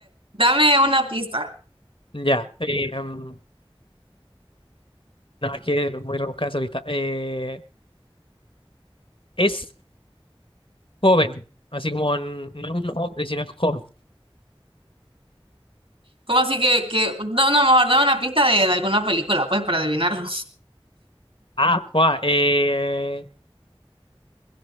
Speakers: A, on the right (about 70°); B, on the left (about 65°).
A: dame una pista.
B: ya. eh, em, no, es que es muy rebuscada esa lista. Eh, es joven, así como n- no es un hombre, sino es joven.
A: ¿Cómo así que, que, no, no, mejor dame una pista de, de alguna película, pues, para adivinarlo.
B: Ah, guau, eh,